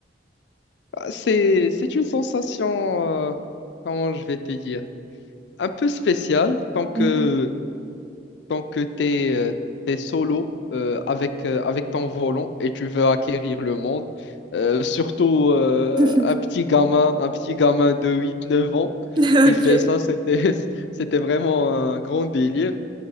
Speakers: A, on the left; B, on the right.
A: Ah, C'est, c'est une sensation, euh, comment je vais te dire, un peu spéciale tant que
B: Mhm.
A: tant que tu es, solo euh, avec, euh, avec ton volant et tu veux acquérir le monde. Euh, surtout euh,
B: <laughs>
A: un petit gamin, un petit gamin de huit, neuf ans
B: Ok.
A: qui fait ça, c'était, <laughs> c'était vraiment un grand délire.